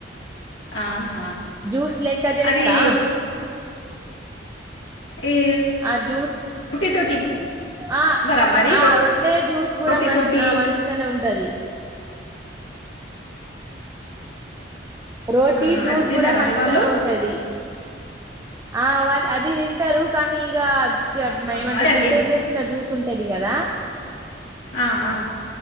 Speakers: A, on the left; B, on the right.
A: ఆహ
B: జ్యూస్ లెక్క చేస్తా
A: అది ఈ
B: అజు
A: రోటీతోటి
B: ఆ
A: ఇవ్వరా మరి
B: ఆ రొట్టె జ్యూస్ కూడా
A: రోటీతోటి
B: మ ఆ మంచిగానే ఉంటది రోటీ
A: ఆహా,
B: జ్యూస్
A: అది తినరా
B: కూడా
A: మరి
B: మంచిగనే
A: వాళ్ళు
B: ఉంటది ఆ వాళ్ళు అది తింటారు కానీ ఇక జె
A: ఆ,
B: ఏమంటే
A: అదండి
B: ప్రిపేర్ చేసిన జ్యూస్ కన్టది కదా
A: ఆ ఆ